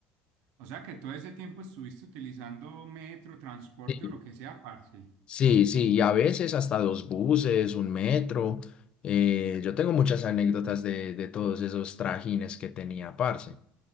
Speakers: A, on the right; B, on the left.
A: O sea que todo ese tiempo estuviste utilizando metro, transporte
B: Sí,
A: o lo que sea, parce.
B: sí, sí, y a veces hasta dos buses, un metro. eh, yo tengo muchas anécdotas de, de todos esos trajines que tenía, parce.